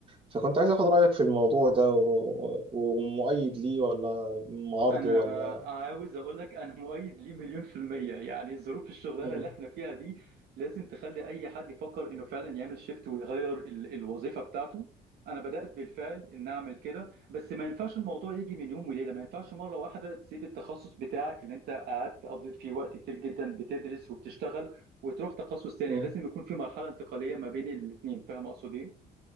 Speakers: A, on the right; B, on the right.
A: فكنت عايز آخد رأيك في الموضوع ده و... ومؤيد ليه ولا معارضه
B: انا
A: ولا
B: عاوز اقول لك انا مؤيد ليه مليون في المية يعني ظروف الشغلانة
A: مم.
B: اللي احنا فيها دي لازم تخلي اي حد يفكر انه فعلا يعمل شيفت ويغير ال الوظيفة بتاعته انا بدأت بالفعل ان اعمل كده بس ما ينفعش الموضوع يجي من يوم وليلة ما ينفعش مرة واحدة تسيب التخصص بتاعك اللي انت قعدت قضيت فيه وقت كتير جدا بتدرس وبتشتغل وتروح تخصص تاني
A: مم.
B: لازم يكون في مرحلة انتقالية ما بين الاتنين فاهم اقصد ايه؟